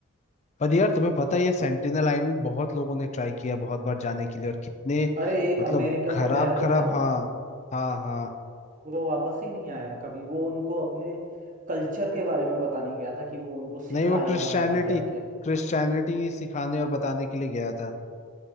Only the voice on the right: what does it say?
अरे एक
अमेरिका
का गया
तो था
वो वापस ही नहीं आया कभी वो उनको अपने कल्चर के बारे में बताने गया था कि वो उनको सिखाएगा
वहां जाके